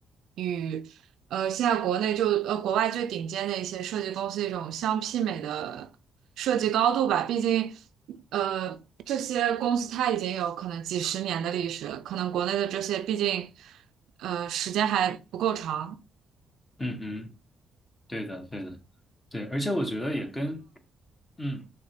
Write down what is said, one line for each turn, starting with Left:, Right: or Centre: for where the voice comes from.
Right: 与呃现在国内就呃国外最顶尖的一些设计公司一种相媲美的设计高度吧。毕竟呃这些公司它已经有可能几十年的历史，可能国内的这些毕竟呃时间还不够长。
Left: 嗯哼，对的对的。对，而且我觉得也跟嗯